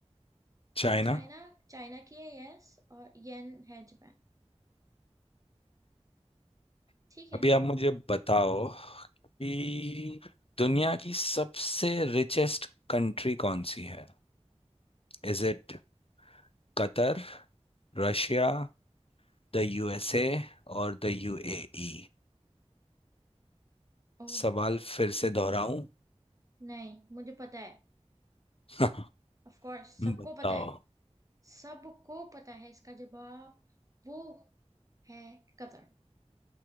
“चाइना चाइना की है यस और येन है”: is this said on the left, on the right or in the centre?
Right